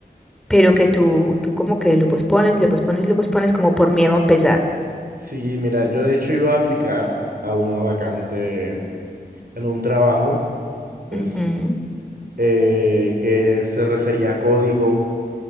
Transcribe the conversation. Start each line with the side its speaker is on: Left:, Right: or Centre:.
Centre: pero que tú, tú como que lo pospones, lo pospones, lo pospones como por miedo a empezar.
Right: Sí, mira, yo de hecho iba a aplicar a una vacante en un trabajo, pues,
Centre: Ujú.
Right: eh, que se refería a código